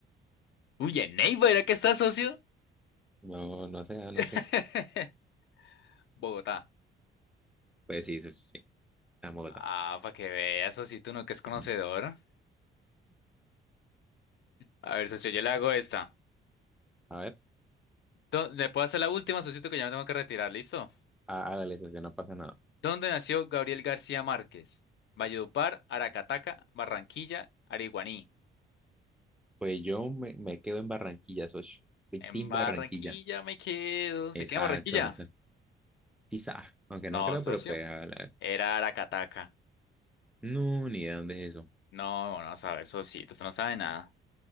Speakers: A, on the left (about 65°); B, in the centre.
A: Uy, en Neiva, ¿era que está, socio?
B: No, no sé, no
A: <laughs>
B: sé.
A: Bogotá.
B: Pues sí, eso sí, está en Bogotá.
A: Ah, para que veas, socito, no que es conocedor.
B: <laughs>
A: A ver, socio, yo le hago esta.
B: A ver,
A: Do- ¿Le puedo hacer la última, socito, que ya me tengo que retirar? ¿Listo?
B: há- hágale, socio, no pasa nada.
A: ¿Dónde nació Gabriel García Márquez? Valledupar, Aracataca, Barranquilla, Ariguaní.
B: Pues yo me, me quedo en Barranquilla, socio. Soy
A: En
B: Team
A: Barranquilla
B: Barranquilla.
A: me quedo. ¿Se
B: Exacto,
A: queda en Barranquilla?
B: eso. Quizá, aunque
A: No,
B: no creo,
A: socio.
B: pero pues hágale. a ver.
A: Era Aracataca.
B: No, ni idea dónde es eso.
A: No, no, a ver, socito, usted no sabe nada.